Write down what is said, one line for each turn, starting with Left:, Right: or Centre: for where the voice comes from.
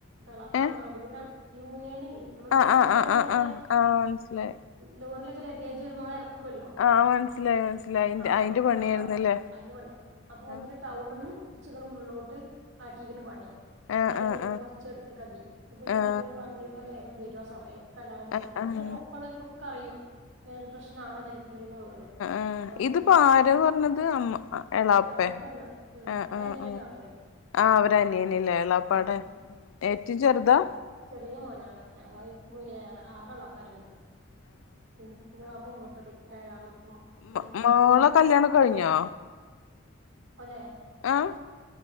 Right: ഇളപ്പ
Left: ഏഹ്
Right: അങ്ങാടിയില യൂണിയൻ ഇല്ലേ നമ്മൾ
Left: ആഹ്
Right: ബസ്സിന്റെ
Left: ആഹ് ആഹ്
Right: മുകളിലൊക്കെ
Left: ആഹ് ആഹ് ആഹ് മനസ്സിലായി
Right: ലോറിലൊക്കെ ലഗേജ് വരുമ്പോളെക്കെ ഇറക്ക ല്ലോ
Left: ആഹ് മനസ്സിലായി മനസ്സിലായി
Right: ആഹ
Left: അയിന്റെ പണിയായിരുന്നല്ലേ
Right: ആ അയിന്റെ പണി അപ്പൊ മുപ്പര്
Left: ആഹ്
Right: ടൗണ്ന്ന് കൊറച്ചൊക്കെ ങ്ങട്ട് ഉള്ളിലോട്ട് ആക്കിക്ക്ണ് പണി
Left: ആഹ്
Right: ഓലെ
Left: ആഹ്
Right: വീടിന്റെ കൊറച്ച് എടുത്ത്ക്ക് ആക്കി പിന്നെ
Left: ആഹ്
Right: മുപ്പര് വണ്ടിമ്മൽ വേഗം വരും ആസമയത്ത് <unintelligible>
Left: ആഹ് ആഹ്
Right: ഒപ്പം ഉള്ളോർക്ക് ഒക്കെ അറിയും അങ്ങനൊരു പ്രശ്നാണ് ഇവർക്ക് ഉള്ളത് എന്ന് ആ വരക്കുക എന്നുള്ളത്
Left: ആ
Right: അതുകൊണ്ട്
Left: ഇതിപ്പോ
Right: പിന്നെ
Left: ആരാന്ന് പറഞ്ഞത് അമ് എളാപ്പേ
Right: എളാപ്പയാണ് ഉം
Left: ആ
Right: ഒരു
Left: ആ
Right: അനിയൻ
Left: ഉ
Right: ഉണ്ടാവൂലേ
Left: ആഹ അവര്അനിയനില്ലേ എളാപ്പാടെ
Right: ഉം
Left: ഏറ്റവും ചെറുതാ
Right: ചെറിയ മോനാണ് <unintelligible> ആർ എളപ്പാരുണ്ട് എ ന്റെ വാപ്പ മൂത്തത് ഏഴാമത്തെ
Left: മ
Right: മൂത്ത
Left: മോളെ
Right: മോന്
Left: കല്യാണം കഴിഞ്ഞോ
Right: <unintelligible>
Left: അഹ്